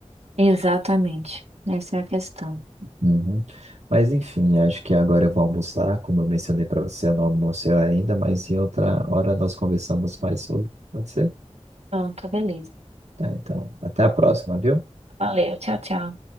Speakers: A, on the right; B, on the right.
A: Exatamente. Essa é a questão.
B: Uhum. Mas enfim, acho que agora eu vou almoçar. Como eu mencionei para você, eu não almocei ainda, mas em outra hora nós conversamos mais sobre. Pode ser?
A: Pronto, beleza.
B: Tá, então, até a próxima, viu?
A: Valeu, tchau, tchau.